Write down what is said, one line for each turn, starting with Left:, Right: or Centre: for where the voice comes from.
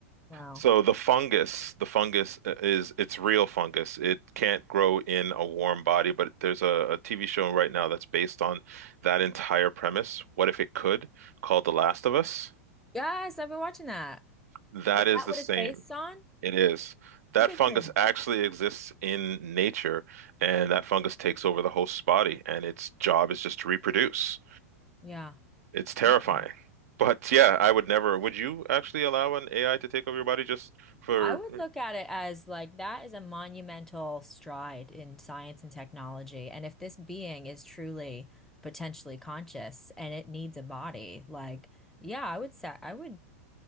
Centre: Wow.
Right: So the fungus, the fungus uh, is it's real fungus. It can't grow in a warm body, but there's a, TV show right now that's based on that entire premise. What if it could? Called The Last of Us.
Centre: Yes, I've been watching that.
Right: That
Centre: Is
Right: is
Centre: that
Right: the
Centre: what
Right: same.
Centre: it's based on?
Right: It is. That
Centre: Interesting.
Right: fungus actually exists in nature, and that fungus takes over the host's body, and its job is just to reproduce.
Centre: Yeah.
Right: It's terrifying.
Centre: Okay.
Right: But yeah, I would never. Would you actually allow an AI to take over your body just for
Centre: I would look at it as like that is a monumental stride in science and technology. And if this being is truly potentially conscious and it needs a body, like, yeah, I would say, I would,